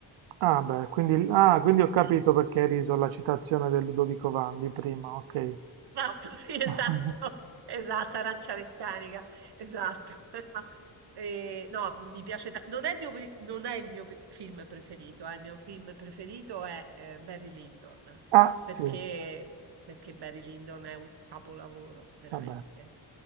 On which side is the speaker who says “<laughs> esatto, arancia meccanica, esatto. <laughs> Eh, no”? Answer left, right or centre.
Right